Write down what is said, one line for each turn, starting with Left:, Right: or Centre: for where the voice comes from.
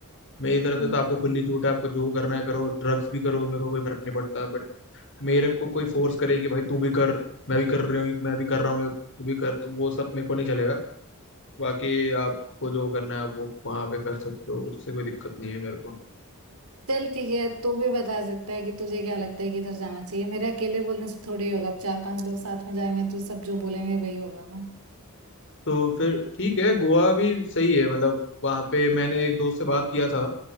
Left: मेरी तरफ
Right: हम्म।
Left: से तो आपको खुली छूट है आपको जो करना है करो ड्रग्स भी करो मेरे को कोई फर्क नहीं पड़ता बट मेरे को कोई फोर्स करे कि भाई तू भी कर मैं भी कर रही हूँ मैं भी कर रहा हूँ तू भी कर तो वो सब मेरे को नहीं चलेगा बाकी आपको जो करना है आप वो वहाँ पे कर सकते हो उससे कोई दिक्कत नहीं है मेरे को
Right: चल ठीक है तू भी बता सकता है कि तुझे क्या लगता है कि इधर जाना चाहिए मेरे अकेले बोलने से थोड़ी होगा अब चार पांच लोग साथ में जाएंगे तो सब जो बोलेंगे वही होगा ना
Left: तो फिर ठीक है गोवा भी सही है मतलब वहाँ पे मैंने एक दोस्त से बात किया था